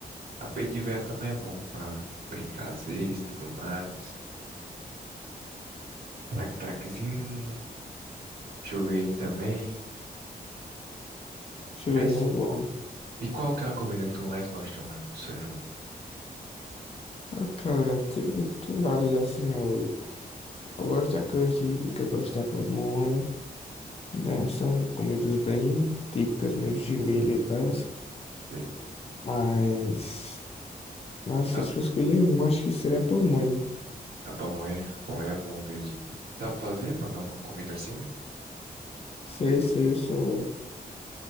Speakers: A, on the right (about 80°); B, on the left (about 40°).
A: A peito de véia também é bom pra brincar às vezes, tudo mais. Traque-traquezinho, chuveirinho também.
B: Chuveirinho
A: Mas,
B: é bom.
A: e qual que é a comida que tu mais gosta, mano, do São João?
B: Ah, cara, tem, tem vários assim, eu, eu gosto da canjica, gosto da pamonha, né? São comidas bem típicas mesmo de milho e tal.
A: Sei.
B: Mas, nossa,
A: A,
B: se eu escolher um, acho que seria pamonha.
A: a pamonha, pamonha é bom mesmo. Sabe fazer, mano, alguma comida assim?
B: Sei, sei, eu sou.